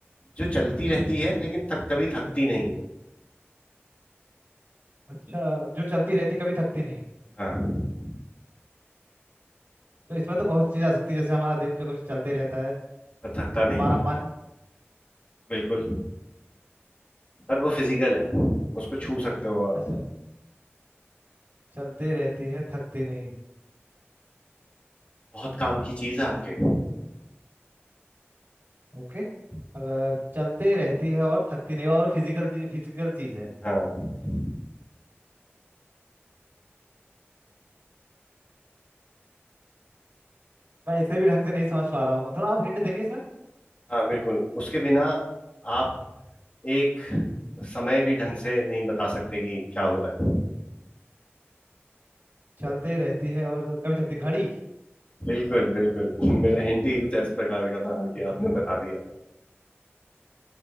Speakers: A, on the left; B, on the right.
A: जो चलती रहती है लेकिन थक, कभी थकती नहीं है
B: अच्छा जो चलती रहती कभी थकती नहीं
A: हाँ
B: तो इसमें तो बहुत चीज आ सकती है जैसे हमारा दिल जो कभी चलते रहता है
A: पर थकता नहीं
B: हमारा मन
A: बिल्कुल पर वो फिजिकल है उसको छू सकते हो आप
B: अच्छा चलती रहती है थकती नहीं
A: बहुत काम की चीज है आपके
B: ओके अगर चलती रहती है और थकती नहीं और फिजिकल चीज फिजिकल चीज है
A: हाँ
B: मैं इसे भी ढंग से नहीं समझ पा रहा हूँ थोड़ा आप हिंट देंगे इसमें
A: हाँ बिल्कुल उसके बिना आप एक समय भी ढंग से नहीं बता सकते कि क्या हो रहा है
B: चलते रहती है और कभी थकती घड़ी
A: बिल्कुल बिल्कुल <laughs> मेरा हिंट ही कुछ इस प्रकार का था कि
B: <laughs>
A: आपने बता दिया